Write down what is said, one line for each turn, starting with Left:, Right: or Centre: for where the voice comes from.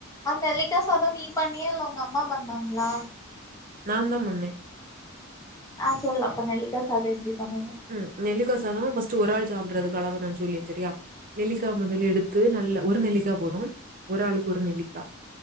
Left: அந்த நெல்லிக்கா சாதோ நீ பண்ணியா இல்ல உங்க அம்மா பண்ணாங்ளா
Right: நாந்தா பண்ணேன்
Left: ஆ சொல்லப்ப நெல்லிகா சாதோ எப்டி பண்ணனு
Right: ம் நெல்லிக்கா சா சாதோ ஃபஸ்டு ஒரால சாப்றதுக் அளவ் நா சொல்லி செரியா நெல்லிக்கா மொதல்ல எடுத்து நல்ல ஒரு நெல்லிக்கா போதும் ஒரு ஆளுக்கு ஒரு நெல்லிக்கா